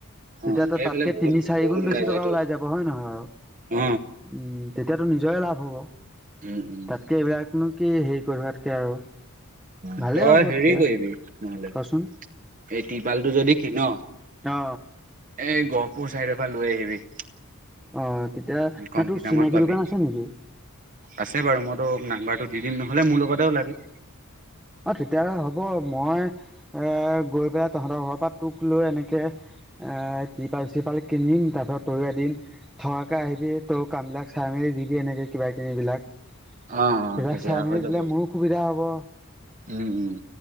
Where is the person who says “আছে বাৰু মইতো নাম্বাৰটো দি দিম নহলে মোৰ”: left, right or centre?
Right